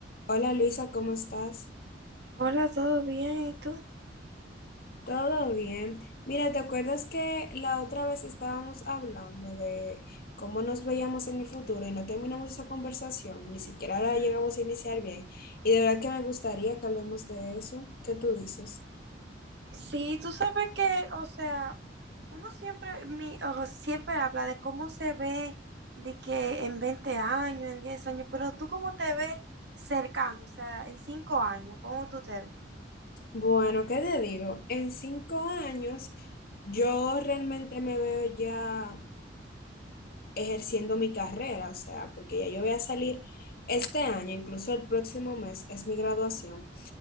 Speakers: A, on the left; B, on the right.
A: Hola Luisa, ¿cómo estás?
B: Hola, ¿todo bien? ¿Y tú?
A: Todo bien. Mira, ¿te acuerdas que la otra vez estábamos hablando de cómo nos veíamos en el futuro y no terminamos esa conversación? Ni siquiera la llegamos a iniciar bien. Y de verdad que me gustaría que hablemos de eso. ¿Qué tú dices?
B: Sí, tú sabes que, o sea, uno siempre, mi, o siempre habla de cómo se ve de que en 20 años, en 10 años, pero tú cómo te ves cercano, o sea, en cinco años, ¿cómo tú te ves?
A: Bueno, ¿qué te digo? En cinco años yo realmente me veo ya ejerciendo mi carrera, o sea, porque ya yo voy a salir este año, incluso el próximo mes es mi graduación.